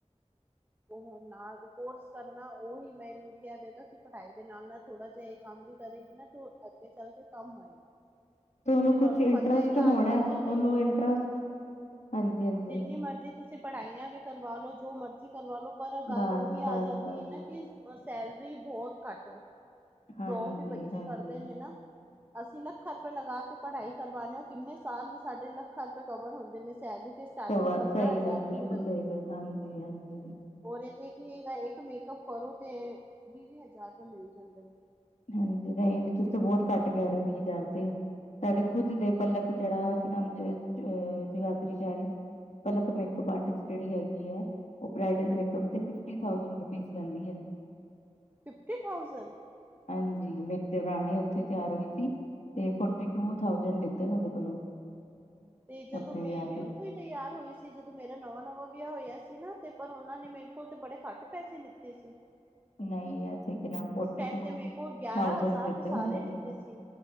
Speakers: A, on the right (about 15°); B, on the left (about 65°).
A: ਉਹ ਨਾਲ ਕੋਰਸ ਕਰਨਾ, ਉਹੀ ਮੈ ਇਹਨੂੰ ਕਿਹਾ, ਮੈਂ ਕਿਹਾ ਕਿ, ਪੜ੍ਹਾਈ ਦੇ ਨਾਲ -ਨਾਲ ਥੋੜਾ ਜਿਹਾ, ਇਹ ਕੰਮ ਵੀ ਕਰੇਗੀ ਨਾ ਤੌ ਅੱਗੇ ਚੱਲ ਕੇ ਕੰਮ ਆਏਗਾ।
B: ਤੇ
A: ਕਿਉਂਕਿ
B: ਉਹਨੂੰ
A: ਤੁਹਾਨੂੰ
B: ਕੁਛ ਇੰਟਰਸਟ
A: ਪਤਾ ਹੈਗਾ
B: ਹੋਣਾ,
A: ਅੱਜ ਕੱਲ ਜਿੰਨੀ
B: ਉਹਨੂੰ
A: ਮਰਜ਼ੀ
B: ਇੰਟਰਸਟ ਹਾਂਜੀ -ਹਾਂਜੀ
A: ਜਿੰਨੀ ਮਰਜ਼ੀ ਤੁਸੀਂ ਪੜ੍ਹਾਈਆਂ ਵੀ, ਕਰਵਾ ਲਉ, ਜੋ ਮਰਜ਼ੀ ਕਰਵਾ ਲਉ ਪਰ ਗੱਲ
B: ਬਸ
A: ਉਹ ਹੀ
B: ਬਸ
A: ਆ ਜਾਂਦੀ
B: ਬਸ
A: ਹੈ, ਨਾ ਕਿ, ਸੈਲਰੀ ਬਹੁਤ ਘੱਟ ਵੇ,
B: ਹਾਂਜੀ
A: ਜੋਬ ਵੀ ਬੱਚੇ
B: ਹਾਂਜੀ
A: ਕਰਦੇ ਨੇ ਨਾ ਅਸੀਂ ਲੱਖਾਂ ਰੁਪਏ ਲੱਗਾ ਕੇ, ਪੜ੍ਹਾਈ ਕਰਵਾਉਦੇ ਹਾਂ, ਉਹ ਕਿੰਨੇ ਸਾਲ ਵੀ, ਸਾਡੇ ਲੱਖਾਂ ਰੁਪਏ ਕਵਰ ਹੁੰਦੇ ਨੀ ਸੈਲਰੀ ਤੇ। ਸਟਾਰਟਿੰਗ
B: ਕਵਰ,
A: ਪੰਦਰਾਂ
B: ਸਹੀ
A: ਹਜ਼ਾਰ
B: ਗੱਲ,
A: ਤੋਂ
B: ਬਿਲਕੁਲ
A: ਹੀ ਲੱਗਦੀ
B: ਸਹੀ
A: ਹੈਗੀ
B: ਗੱਲ, ਹਾਂਜੀ-ਹਾਂਜੀ।
A: ਔਰ ਇਹ ਤੇ ਕਿ ਇਹਦਾ ਇੱਕ ਮੇਕਅਪ ਕਰੋ, ਤੇ ਵੀਹ- ਵੀਹ ਹਜ਼ਾਰ ਰੁਪਏ ਮਿਲ ਜਾਂਦੇ ਨ।
B: ਹਾਂਜੀ, ਨਹੀਂ ਇਹ ਵੀ, ਤੁਸੀ ਤੇ ਬਹੁਤ ਘੱਟ ਕਹਿ ਰਹੇ ਹੋ, ਵੀਹ ਹਜ਼ਾਰ ਤੇ। ਸਾਡੇ ਖੁਦ ਦੇ ਪਲਕ, ਜਿਹੜਾ ਕਿ ਨਾਮ ਜਗਾਧਰੀ ਚ ਹੈ, ਪਲਕ ਮੇ ਮੇਕਅੱਪ ਆਰਟਿਸ ਜਿਹੜੀ ਹੈਗੀ ਆ, ਉਹ ਬਰਾਇਡਲ
A: ਹਾਂਜੀ
B: ਮੇਕਅੱਪ ਦੇ, ਫਿਫਟੀ ਥਾਊਜੈੰਡ ਰੁਪੀਜ਼ ਲੈਂਦੀ ਆ
A: ਫਿਫਟੀ ਥਾਊਜੈਂਡ?
B: ਹਾਂਜੀ, ਮੇਰੀ ਦੇਵਰਾਣੀ ਉੱਥੇ ਤਿਆਰ ਹੋਈ ਸੀ। ਤੇ, ਫੋਰਟੀ ਟੂ ਥਾਊਜੈੰਡ, ਲਿਤੇ ਨੇ ਉਹਦੇ ਕੋਲੋਂ।
A: ਤੇ, ਜਦੋਂ
B: ਆਪਣੇ
A: ਮੈਂ
B: ਵਿਆਹ
A: ਵੀ
B: ਤੇ
A: ਉੱਥੋਂ ਹੀ ਤਿਆਰ ਹੋਈ ਸੀ। ਜਦੋਂ ਮੇਰਾ ਨਵਾਂ ਨਵਾਂ ਵਿਆਹ ਹੋਇਆ ਸੀ ਨਾ ਤੇ ਪਰ ਉਹਨਾਂ ਨੇ, ਮੇਰੇ ਕੋਲ ਤੇ ਬੜੇ ਘੱਟ ਪੈਸੇ ਲਿੱਤੇ ਸੀ।
B: ਨਹੀਂ ਇਥੇ ਕਿ ਨਾ, ਫੋਰਟੀ
A: ਉਸ ਟਾਈਮ
B: ਟੂ
A: ਤੇ ਮੇਰੇ ਕੋਲ ਗਿਆਰਾਂ
B: ਥਾੳਜੈ
A: ਹਜ਼ਾਰ
B: ਲੱਤੇ
A: ਰੁਪਏ ਸਾਰੇ
B: ਨੇ ਮੇਰੇ ਕੋਲੋਂ।
A: ਲਿੱਤੇ ਸੀ।